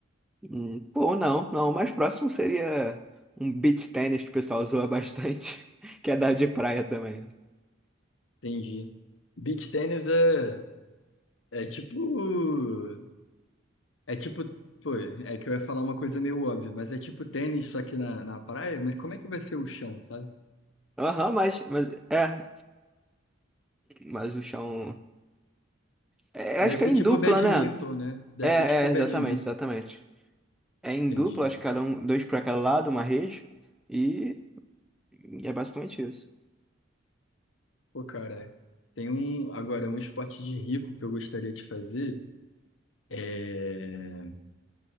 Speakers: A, in the centre; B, on the left.
A: Hum, Pô, não, não, o mais próximo seria um beach tennis que o pessoal zoa bastante, <laughs> que é da de praia também. né?
B: Entendi. Beach tennis é, é tipo. É tipo. Pô, é que eu ia falar uma coisa meio óbvia, mas é tipo tênis, só que na, na praia. Mas como é que vai ser o chão, sabe?
A: Aham, mas, mas é, mas o chão. É,
B: Deve
A: acho que
B: ser
A: é em
B: tipo
A: dupla,
B: badminton,
A: né?
B: né? Deve
A: É,
B: ser tipo
A: é,
B: badminton.
A: exatamente, exatamente. É em
B: Entendi.
A: dupla, acho que cada um, dois pra cada lado, uma rede. E, e é basicamente isso.
B: Pô, cara, tem um. Agora, um esporte de rico que eu gostaria de fazer. É.